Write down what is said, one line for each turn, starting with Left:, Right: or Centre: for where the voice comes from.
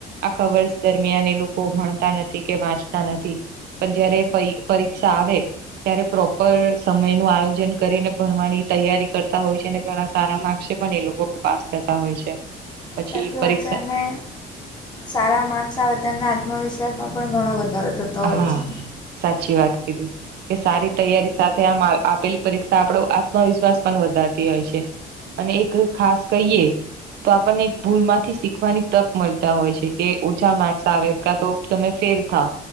Right: આ કવર્સ દરમિયાન એ લોકો ભણતા નથી કે વાંચતા નથી. પણ જયારે પરીક્ષા આવે. ત્યારે પ્રોપર સમય નું આયોજન કરીને ભણવાની તૈયારી કરતા હોય છે અનેને ઘણા. સારા માર્કસે પણ એ લોકો પાસ થતા હોય છે. પછી
Left: સાચી
Right: પરીક્ષા
Left: વાત છે અને. સારા માર્ક્સ આવેતાના આત્મવિશ્વાસમાં પણ ઘણો વધારો થતો. હોય
Right: હા
Left: છે
Right: સાચી વાત કીધ. કે સારી તૈયારી સાથે આમ આપેલી પરીક્ષા આપણો આત્મવિશ્વાસ પણ વધારતી હોય છે. અને એક ખાસ કહીએ. તો આપણને ભૂલમાંથી શીખવાની તક મળતા હોય છે કે ઓછા માર્ક્સ આવે તો. તમે ફેર થ.